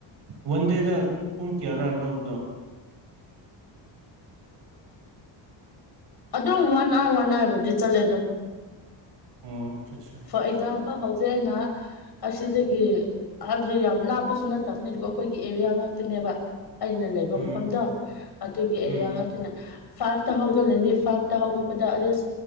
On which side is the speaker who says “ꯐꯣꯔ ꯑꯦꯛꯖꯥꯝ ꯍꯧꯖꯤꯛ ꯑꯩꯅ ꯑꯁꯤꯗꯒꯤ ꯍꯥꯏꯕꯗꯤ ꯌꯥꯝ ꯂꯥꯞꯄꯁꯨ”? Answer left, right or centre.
Left